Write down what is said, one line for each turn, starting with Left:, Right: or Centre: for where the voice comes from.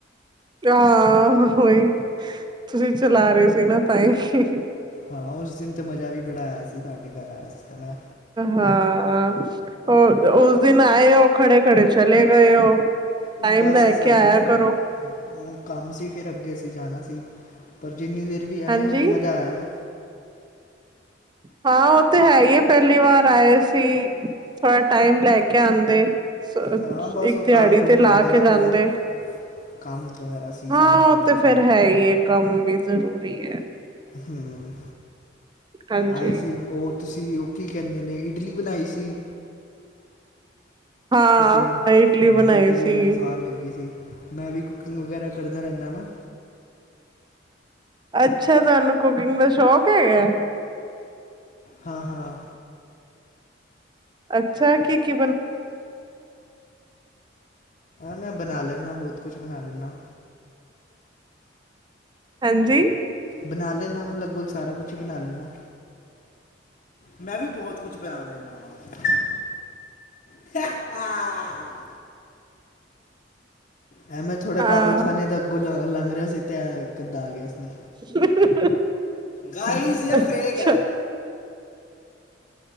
Right: ਆਹ ਉਹੀ ਤੁਸੀਂ ਚਲਾ ਰਹੇ ਸੀ ਨਾ ਤਾਂਹੀ
Left: ਹਾਂ ਉਸ ਦਿਨ ਤਾਂ ਮਜ਼ਾ ਵੀ ਬੜਾ ਆਇਆ ਸੀ ਤੁਹਾਡੇ ਘਰ ਆਇਆ ਸੀ ਤਾਂ ਮੈਂ
Right: ਹਾਂ, ਉਸ ਦਿਨ ਆਏ ਹੋ ਖੜੇ-ਖੜੇ ਚਲੇ ਗਏ ਹੋ।
Left: ਉਹ
Right: ਟਾਈਮ
Left: ਬਸ
Right: ਲੈ ਕੇ
Left: ਸਾਡੀ
Right: ਆਇਆ
Left: ਫਿਰ
Right: ਕਰੋ।
Left: ਉਹ ਕੰਮ ਸੀ ਫਿਰ ਅੱਗੇ ਅਸੀ ਜਾਣਾ ਸੀ ਪਰ ਜਿੰਨੀ ਦੇਰ ਵੀ ਆਏ
Right: ਹਾਂਜੀ।
Left: ਆ ਮਜ਼ਾ ਆਇਆ।
Right: ਹਾਂ, ਉਹ ਤੇ ਹੈ ਹੀ ਹੈ ਪਹਿਲੀ ਵਾਰ ਆਏ ਸੀ ਥੋੜਾ ਟਾਈਮ ਲੈ ਕੇ ਆਉਂਦੇ। ਸਰ ਤੁਸੀਂ
Left: ਹਾਂ ਬਸ
Right: ਇੱਕ
Left: ਉਹ
Right: ਦਿਹਾੜੀ
Left: ਕੰਮ ਕੁਮ
Right: ਤੇ ਲਾ
Left: ਹੁੰਦਾ ਨਾ
Right: ਕੇ ਜਾਂਦੇ।
Left: ਥੋੜ੍ਹਾ ਕੰਮ ਵਗੈਰਾ ਸੀ
Right: ਹਾਂ
Left: ਸਾਨੂੰ ਥੋੜ੍ਹਾ
Right: ਉਹ ਤੇ
Left: ਕੇ
Right: ਫੇਰ ਹੈ ਹੀ ਹੈ ਕੰਮ ਵੀ ਜ਼ਰੂਰੀ ਹੈ।
Left: ਹਮ
Right: ਹਾਂਜੀ
Left: ਆਏ ਸੀ ਉਹ ਤੁਸੀਂ ਉਹ ਕੀ ਕਹਿੰਦੇ ਨੇ ਇਡਲੀ ਬਣਾਈ ਸੀ।
Right: ਹਾਂ
Left: ਤੁਸੀਂ
Right: ਇਡਲੀ
Left: ਹਾਂ
Right: ਬਣਾਈ
Left: ਇਡਲੀ
Right: ਸੀ
Left: ਬੜੀ ਸਵਾਦ ਲੱਗੀ ਸੀ। ਮੈਂ ਵੀ ਕੁਕਿੰਗ ਵਗੈਰਾ ਕਰਦਾ ਰਹਿੰਨਾ ਨਾ
Right: ਅੱਛਾ। ਤੁਹਾਨੂੰ ਕੁਕਿੰਗ ਦਾ ਸ਼ੌਕ ਹੈਗਾ।
Left: ਹਾਂ-ਹਾਂ।
Right: ਅੱਛਾ ਕੀ ਕੀਤਾ
Left: ਮੈਂ ਬਣਾ ਲੈਨਾ ਬਹੁਤ ਕੁਛ ਬਣਾ ਲੈਨਾ
Right: ਹਾਂਜੀ।
Left: ਬਣਾ ਲੈਂਨਾ ਲਗਭਗ ਸਾਰਾ ਕੁਛ ਬਣਾ ਲੈਂਨਾ ਮੈਂ ਵੀ ਬਹੁਤ ਕੁਝ ਬਣਾ ਲੈਂਨਾ ਹਾਂ। <unintelligible> ਐ ਮੈਂ ਥੋੜ੍ਹੇ
Right: ਹਾਂ
Left: ਪਾਗਲਖਾਨੇ ਦਾ ਅੱਗੋਂ ਲ ਲੰਘ ਰਿਹਾ ਸੀ, ਤੇ ਇਕ-ਅੱਧਾ ਆ ਗਿਆ ਸੀ।
Right: <inaudible>
Left: ਗਾਈਜ਼ ਯੇ
Right: ਅੱਛਾ
Left: ਫੇਕ ਹੈ।